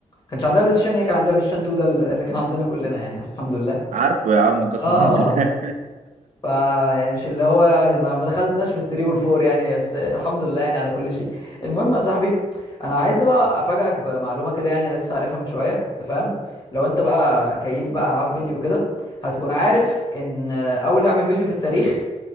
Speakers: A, on the left (about 35°); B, on the right (about 75°).
A: كانش عندنا بلاي ستيشن هي كان عندنا بلاي ستيشن 2 ده اللي كان عندنا كلنا يعني الحمد لله
B: عارفه يا عم قسما
A: اه
B: <laughs> بالله
A: فا يعني مش اللي هو ما ما دخلتناش في الثري والفور يعني بس الحمد لله يعني على كل شيء المهم يا صاحبي انا عايز بقى افاجئك بمعلومه كده يعني لسه عارفها من شويه انت فاهم لو انت بقى كيف بقى العاب فيديو كده هتكون عارف ان اول لعبه فيديو في التاريخ